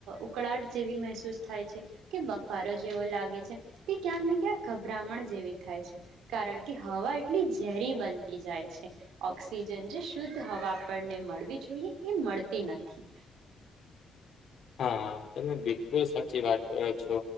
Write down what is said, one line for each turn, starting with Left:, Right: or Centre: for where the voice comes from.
Right: ઉકળાટ જેવી મહેસૂસ થાય છે કે બફારો જેવો લાગે છે તે ક્યાંક ને ક્યાંક ગભરામણ જેવી થાય છે કારણ કે હવા એટલી ઝેરી બનતી જાય છે. ઓક્સિજન જે શુદ્ધ હવા આપણને મળવી જોઈએ એ મળતી નથી.
Left: હા હા. તમે બિલકુલ સાચી વાત કરો છો.